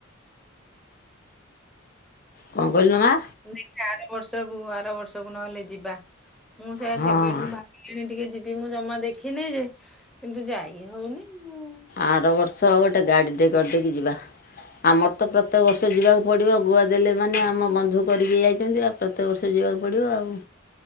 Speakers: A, on the left; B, in the centre.
A: କଣ କହିଲୁ ମା?
B: ଦେଖିଆ ଆର ବର୍ଷକୁ ଆର ବର୍ଷକୁ ନହେଲେ ଯିବା, ମୁଁ ସେଇଆ
A: ହଁ
B: କେବେଠୁ ଭା ବିଲିଣି ଟିକେ ଯିବି ମୁଁ ଜମା ଦେଖିନେଇ ଯେ, କିନ୍ତୁ ଯାଇ ହୋଉନି ଆ
A: ଆର ବର୍ଷ ଗୋଟେ ଗାଡ଼ିଟେ କରିଦେଇକି ଯିବା। ଆମର ତ ପ୍ରତ୍ୟେକ ବର୍ଷ ଯିବାକୁ ପଡିବ ଗୁଆ ଦେଲେ ମାନେ ଆମ ବନ୍ଧୁ କରିକି ଯାଇଛନ୍ତି ଆଉ ତେ ବର୍ଷ ଯିବାକୁ ପଡ଼ିବ ଆଉ।